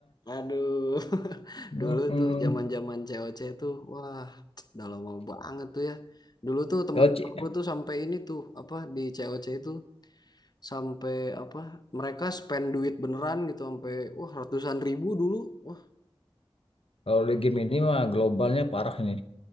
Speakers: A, on the left; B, on the left.
A: Aduh, <laughs>
B: Mm-mm.
A: dulu tuh zaman-zaman c O C tuh, wah, <tsk> udah lama banget tuh ya. Dulu tuh temen-temenku
B: Kalau Ci-
A: tuh sampai ini tuh apa di c O C itu sampai apa mereka spend duit beneran gitu sampai wah ratusan ribu dulu. Wah,
B: Kalau di game ini mah globalnya parah ini.